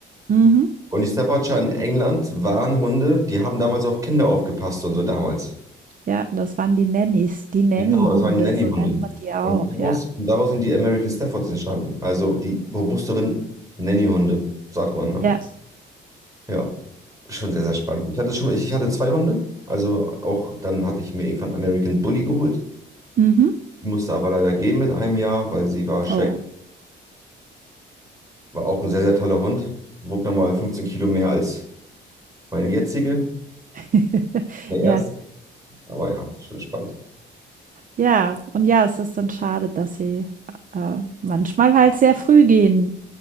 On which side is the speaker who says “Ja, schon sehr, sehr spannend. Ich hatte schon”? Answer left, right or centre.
Right